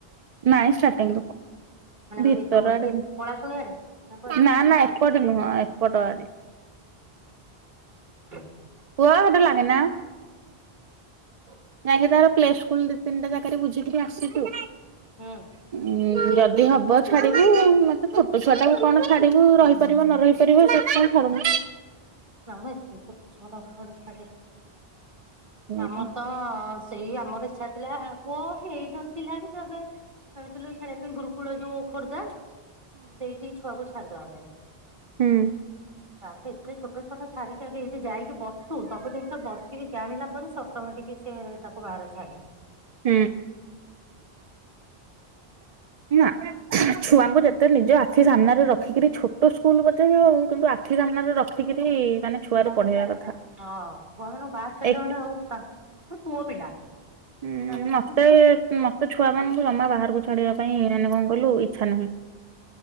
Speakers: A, on the right; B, on the right.
A: ନାଇଁ ଷ୍ଟାର୍ଟିଂରୁ
B: ମାନେ ଯୋଉଠି
A: ଭିତର
B: ଯୋଉ ଏଠି
A: ଆଡେ
B: ପଳାଶୁଣି ଆଡେ କୁଆଡେ?
A: ନା ନା। ଏପଟେ ନୁହଁ, ଏପଟ ଆଡେ।
B: <unintelligible>
A: ପୁଅ ସେଥିରେ ଲାଗେନା।
B: <unintelligible>
A: ଯାଇକିନା ତାର ପ୍ଲେ ସ୍କୁଲ ଦି ତିନିଟା ଜାଗାରେ ବୁଝିକିରି ଆସଛୁ।
B: ହୁଁ ଉଁ
A: ଉଁ ଯଦି ହବ ଛାଡିବୁ, ମତେ ଛୋଟ ଛୁଆ ଟାକୁ କଣ ଛାଡିବୁ ରହିପାରିବ
B: ହୁଁ
A: ନରହି ପାରିଵ ପାରିବ ସେଥିପାଇଁ ଛାଡୁନୁ।
B: ନାମ ଏତେ ଛୋଟ ଛୁଆ ଟା କୁଆଡେ ଛାଡ଼ିବୁ?
A: ହୁଁ
B: ଆମର
A: ହୁଁ।
B: ତ ସେଇ, ଆମର ଇଛା ଥିଲା ପୁଅ ହେଇନଥିଲା କିନ୍ତୁ ଆମେ କହିଥିଲୁ ଛାଡିବା ପାଇଁ। ଗୁରୁକୁଳର ଯୋଉ ଖୋର୍ଦ୍ଧା? ସେଇଠି ଛୁଆକୁ ଛାଡିଦବା ପାଇଁ।
A: ହୁଁ।
B: ତାପରେ ଏତେ ଛୋଟ ଛୁଆଟା ଛାଡିକି ଆଗେ ଏଇଠି ଯାଇକି ବସୁ, ସବୁ ଜିନିଷ ବସିକି ଜାଣିଲେ ତାପରେ ସେ ଅଟୋମେଟିକ ସେ ତାକୁ ବାହାର ଛାଡିବୁ।
A: ହୁଁ। ନା। ଛୁଆଙ୍କୁ ଯେତେ ନିଜ ଆଖି ସାମ୍ନାରେ ରଖିକିରି ଛୋଟ ସ୍କୁଲ ପଛେ ବି ହଉ, କିନ୍ତୁ ଆଖି ସାମ୍ନାରେ ରଖିକିରି ମାନେ ଛୁଆରୁ
B: ତାଙ୍କୁ
A: ପଢେଇବା
B: ଗାଇବା।
A: କଥା।
B: ହଁ ଛୁଆମାନଙ୍କୁ ବାହାରେ ଛାଡ଼ିଲା
A: ଏକ
B: ମାନେ ଆଉ ତାକୁ, ପୁଣି ପୁଅ ପିଲା
A: ହୁଁ
B: ସାନ
A: ମତେ
B: ବୋହୂ
A: ମତେ ଛୁଆମାନଙ୍କୁ ଜମା ବାହାର ଟକୁ ଛାଡିବା ପାଇଁ ମାନେ କଣ କହିଲୁ ଇଚ୍ଛା ନାହିଁ।